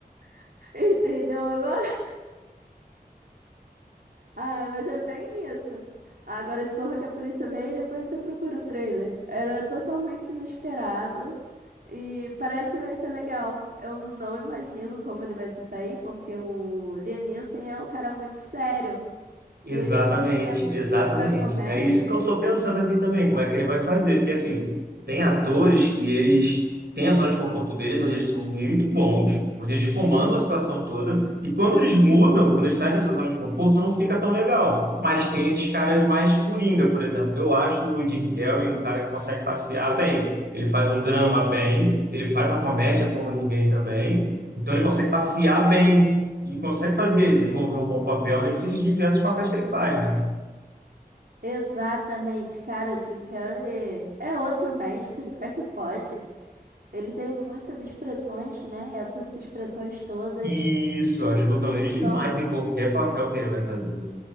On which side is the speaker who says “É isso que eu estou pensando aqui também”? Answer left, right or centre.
Right